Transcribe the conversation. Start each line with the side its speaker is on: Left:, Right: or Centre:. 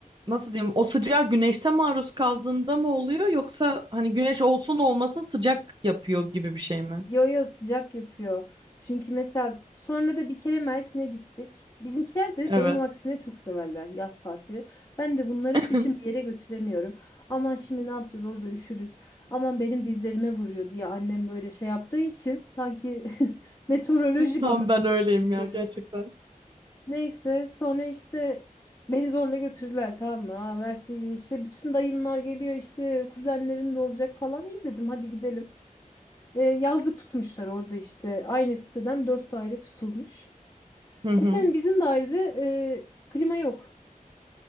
Right: nasıl diyeyim o sıcağa güneşte maruz kaldığında mı oluyor yoksa hani güneş olsun olmasın sıcak yapıyor gibi bir şey mi?
Left: Yo yo sıcak yapıyor. Çünkü mesela sonra da bir kere Mersin'e gittik. Bizimkiler de
Right: Evet.
Left: benim aksine çok severler yaz tatili. Ben de bunları
Right: <laughs>
Left: kışın bir yere götüremiyorum. Aman şimdi ne yapacağız orada üşürüz. Aman benim dizlerime vuruyor diye annem böyle şey yaptığı için sanki <laughs> meteoroloji
Right: Tam
Left: bana
Right: ben
Left: senin
Right: öyleyim
Left: dizlerin.
Right: ya gerçekten.
Left: Neyse sonra işte beni zorla götürdüler tamam mı? Ha, Mersin'e gidiyor işte bütün dayınlar geliyor işte kuzenlerin de olacak falan. İyi dedim hadi gidelim. E, yazlık tutmuşlar orada işte. Aynı siteden dört daire tutulmuş.
Right: Hı hı.
Left: Efendim bizim dairede e, klima yok.